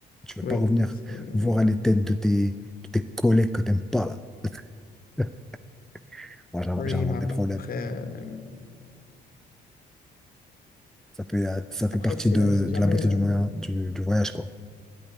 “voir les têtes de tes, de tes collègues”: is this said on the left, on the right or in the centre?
Centre